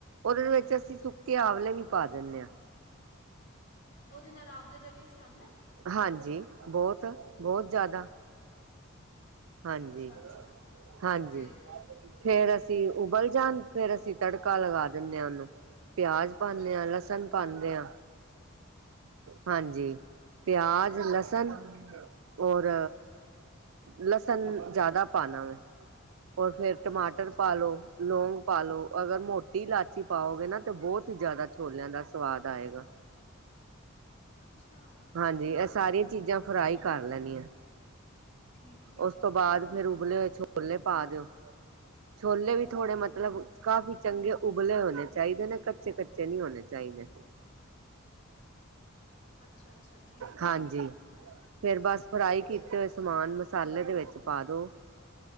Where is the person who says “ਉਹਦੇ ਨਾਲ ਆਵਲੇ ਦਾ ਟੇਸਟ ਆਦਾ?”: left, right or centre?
Left